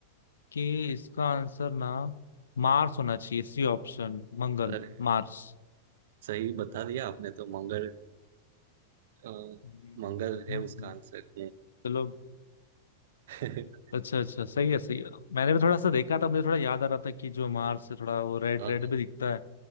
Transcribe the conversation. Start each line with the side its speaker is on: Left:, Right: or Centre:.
Left: कि इसका आंसर ना मार्स होना चाहिए सी ऑप्शन मंगल
Right: पर
Left: मार्स
Right: सही बता दिया आपने तो मंगल अ,
Left: हम्म
Right: मंगल है उसका आंसर
Left: चलो
Right: <laughs>
Left: अच्छा अच्छा सही है सही है मैंने भी थोड़ा सा देखा था मुझे थोड़ा याद आ रहा था कि जो मार्स से थोड़ा वो रेड
Right: हाँ
Left: रेड
Right: हाँ
Left: भी दिखता है